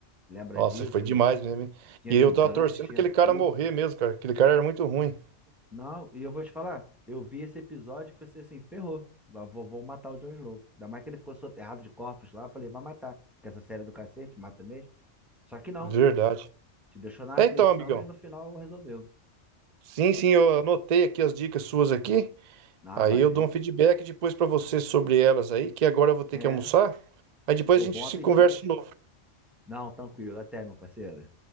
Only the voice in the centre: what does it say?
Lembra
disso,
né?
Tinha
gigante,
tinha
tudo.
Não, e eu vou te falar, eu vi esse episódio e pensei assim, ferrou, vou, vou matar o Jon Snow. Ainda mais que ele ficou soterrado de corpos lá, eu falei, vai matar, que essa série é do cacete mata mesmo. Só que não,
te deixou na
aflição
e no final resolveu.
Ah,
valeu,
é,
ô,
bom
apetite.
Não, tranquilo, até, meu parceiro.